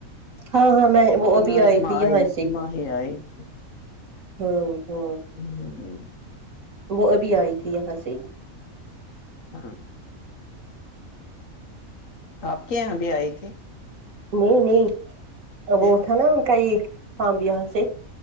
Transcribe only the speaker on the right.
ہاں ہاں میں وہ ابھی
آئے تھے یہاں
ہوں ہاں
وہ ابھی آئی تھی یہاں سے ہی
نہیں نہیں
وہ تھا نا ان کا یہ پب یہاں سے